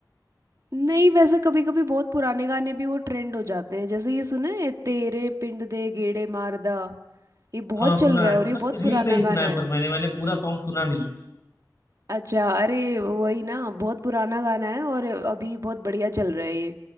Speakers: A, on the right (about 50°); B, on the left (about 45°).
A: नहीं वैसे कभी कभी बहुत पुराने गाने भी वो ट्रेंड हो जाते हैं जैसे ये सुना है तेरे पिंड दे गेड़े मारदा ये बहुत
B: हाँ
A: चल
B: सुना
A: रहा
B: है
A: है
B: सुना
A: और ये बहुत
B: रील
A: पुराना
B: पे ही सुना
A: गाना
B: है
A: है
B: पर मैंने मैंने पूरा सॉन्ग सुना नहीं है
A: अच्छा अरे वही ना बहुत पुराना गाना है और अभी बहुत बढ़िया चल रहा है ये